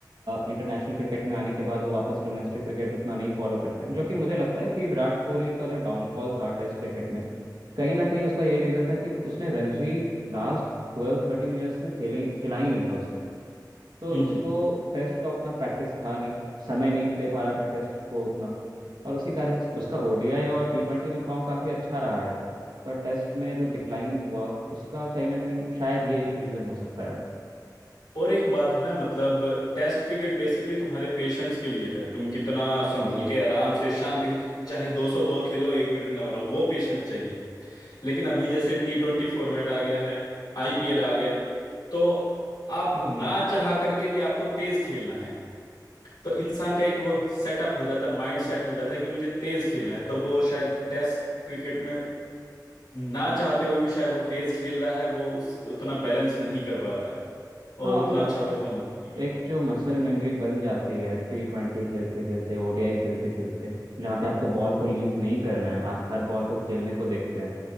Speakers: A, on the right; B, on the left.
A: इंटरनेशनल क्रिकेट में आने के बाद वो वापस डोमेस्टिक क्रिकेट उतना नहीं फॉलो करते हैं जो कि मुझे लगता है कि विराट कोहली का जो डाउनफॉल था टेस्ट क्रिकेट में कहीं ना कहीं उसका यही रीज़न था कि उसने रणजी लास्ट ट्वेल्व थर्टीन ईयर्स में खेले खेला ही नहीं था उसने तो
B: हम्म
A: उसको टेस्ट का उतना प्रैक्टिस था नहीं समय नहीं दे पा रहा था टेस्ट को उतना और उसी कारण उसका ओडीआई और टी ट्वेंटी में फॉर्म काफ़ी अच्छा रहा है पर टेस्ट में जो डिक्लाइन हुआ उसका कहीं ना कहीं शायद ये एक रीज़न हो सकता है
B: और एक बात है ना मतलब टेस्ट क्रिकेट बेसिकली तुम्हारे पेशेंस के लिए है तुम कितना संभल के आराम से शांति से चाहे 200 बॉल खेलो एक भी रन ना बनाओ वो पेशेंस चाहिए लेकिन अभी जैसे टी ट्वेंटी फॉर्मेट आ गया है आईपीएल आ गया है तो आप ना चाह करके भी आपको तेज खेलना है तो इंसान का एक वो सेटअप हो जाता है माइंड सेट हो जाता है कि मुझे तेज खेलना है तो वो शायद टेस्ट क्रिकेट में ना चाहते हुए भी शायद वो तेज खेल रहा है वो उस उतना बैलेंस नहीं कर पाता है
A: हाँ
B: और
A: और
B: उतना
A: वो
B: अच्छा परफॉर्म नहीं कर
A: एक
B: पाता
A: जो मसल मेमोरी बन जाती है टी ट्वेंटी खेलते खेलते ओडीआई खेलते खेलते जहाँ पे आपको बॉल को लीव नहीं करना है आप हर बॉल को खेलने को देखते हैं